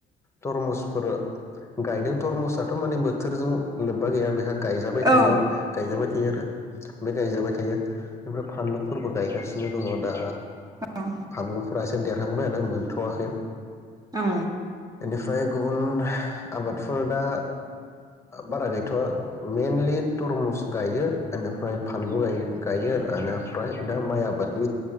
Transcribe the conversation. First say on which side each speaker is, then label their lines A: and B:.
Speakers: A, on the left; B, on the right.
A: थरमुसफोर गायदों थरमुसाथ' माने बोथोरजों लोब्बा गैया बेहा गायजाबाय
B: औ
A: थायो गायजाबाय थायो आरो बे गायजाबाय थायो ओमफ्राय फानलुफोरबो गायगासिनो दङ दा
B: औ
A: बानलु फरायसा देरहांबाय आरो मोनथ'वाखै
B: औ
A: बेनिफ्राय गुबुन आबादफोर दा बारा गैथ'वा मेइनलि तरमुस गायो बेनिफ्राय फानलु गायो बेनिफ्राय दा माइ आबादनि